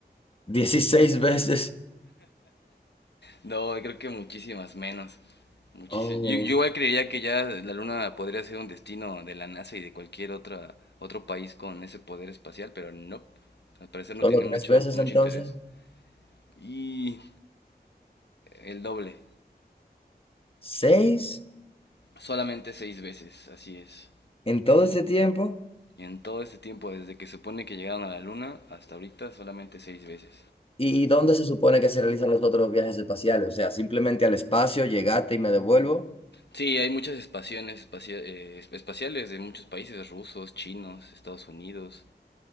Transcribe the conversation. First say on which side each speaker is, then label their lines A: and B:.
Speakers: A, on the left; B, on the left.
A: 16 veces.
B: No, creo que muchísimas menos. Muchísimas.
A: Oh,
B: Yo, yo igual creería que ya la Luna podría ser un destino de la NASA y de cualquier otra, otro país con ese poder espacial, pero no. Al parecer
A: solo
B: no tiene
A: tres
B: mucho,
A: veces
B: mucho
A: entonces.
B: interés. Y el doble.
A: ¿Seis
B: Solamente seis veces, así es.
A: en todo ese tiempo?
B: Y en todo este tiempo, desde que supone que llegaron a la Luna hasta ahorita, solamente seis veces.
A: ¿Y dónde se supone que se realizan los otros viajes espaciales? O sea, simplemente al espacio, llegaste y me devuelvo.
B: Sí, hay muchas espaciones espacia- eh, espaciales de muchos países, rusos, chinos, Estados Unidos,